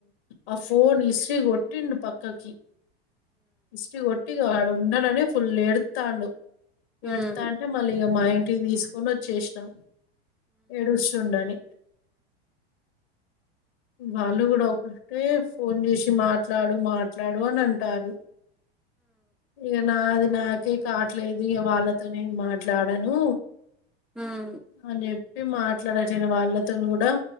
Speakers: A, on the left; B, in the centre.
A: ఆ ఫోన్ ఇసిరి కొట్టిండు పక్ తోకి ఇస్టీ కొటిగా ఆడ ఉన్నాడనే ఫుల్ ఏడు తాండు ఏడుత్తా
B: ఉ
A: అంటే మళ్ళీ ఇగ మా ఇంటికి తీసుకొనొ చేసినం ఏడుస్తుండని వాళ కూడా ఒక్కటే ఫోన్ చేసి మాట్లాడు మాట్లాడు అని అంటారు ఇగ నాది నాకే కావట్లేదు ఇగ వాళ్ళతోనే మాట్లాడాను
B: ఉ ఉ
A: అనే పి మాట్లాడచిన వాళ్ళతోని కూడా